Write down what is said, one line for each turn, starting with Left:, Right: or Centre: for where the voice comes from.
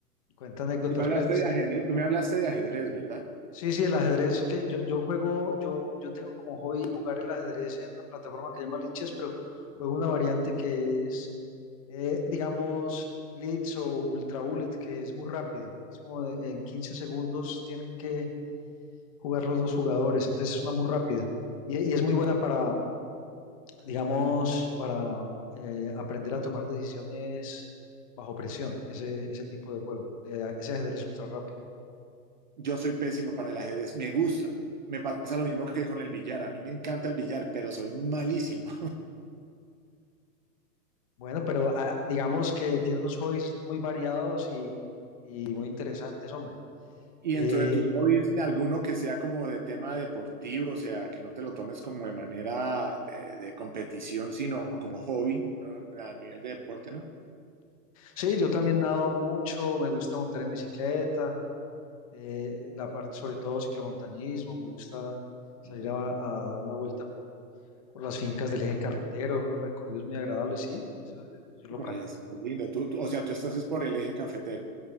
Left: cuenta anécdotas,
Right: tú me hablaste
Left: pues.
Right: de ajedrez, tú me hablaste de ajedrez, ¿verdad?
Left: Sí, sí, el ajedrez, que yo, yo juego, yo, yo tengo como hobby jugar el ajedrez en una plataforma que se llama Lichess, pero juego una variante que es, eh, digamos, Blitz o Ultra Bullet, que es muy rápida. Es como de- en 15 segundos tienen que jugar los dos jugadores, entonces es una muy rápida. Y, y es muy buena para, digamos, para eh, aprender a tomar decisiones bajo presión, ese, ese tipo de juego, eh, ese ajedrez ultra rápido.
Right: Yo soy pésimo para el ajedrez, me gusta. Me pasa lo mismo que con el billar. A mí me encanta el billar, pero soy malísimo.
Left: Bueno, pero ah, digamos que tiene unos hobbies muy variados y, y muy interesantes, hombre.
Right: Y
Left: Eh,
Right: dentro de tus hobbies, alguno que sea como de tema deportivo, o sea, que no te lo tomes como de manera de, de competición, sino como hobby, ¿no? A nivel de deporte, ¿no?
Left: sí, yo también nado mucho, me gusta montar en bicicleta, eh, la parte sobre todo ciclomontañismo, me gusta salir
Right: Ah,
Left: a, a dar una vuelta por, por las fincas del eje cafetero, unos recorridos muy agradables, sí, eso eh, yo lo
Right: por
Left: practico.
Right: ahí es lindo. Tú, tú- o sea, tú estás es por el eje cafetero.